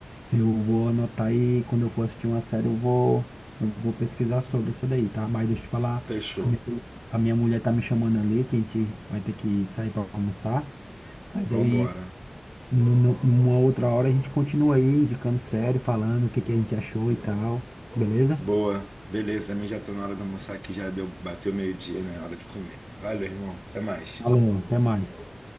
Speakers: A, in the centre; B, on the right.
A: Eu vou anotar e quando eu for assistir uma série, eu vou, eu vou pesquisar sobre essa daí, tá? Mas deixa eu te falar,
B: Fechou.
A: a minha, a minha mulher tá me chamando ali, que a gente vai ter que sair para almoçar. Mas
B: Vambora.
A: aí nu- nu- numa outra hora a gente continua aí indicando série, falando o que que a gente achou e tal. Beleza?
B: Boa. Beleza, a já tô na hora de almoçar aqui, já deu, bateu meio-dia, né? Hora de comer. Valeu, irmão. Até mais.
A: Valeu, até mais.